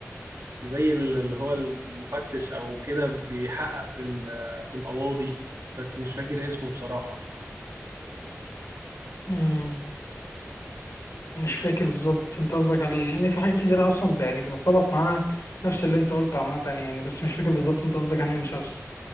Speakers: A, on the right (about 85°); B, on the left (about 80°).
A: زي اللي هو المفتش او كده بيحقق في ال- في القواضي بس مش فاكر اسمه بصراحة
B: امم مش فاكر بالظبط انت قصدك عليه لان في حاجات كتير اصلا ب- يعني بتطبق معاها نفس اللي انت قلته عامه يعني بس مش فاكر بالظبط انت قصدك عن ايه مسلسل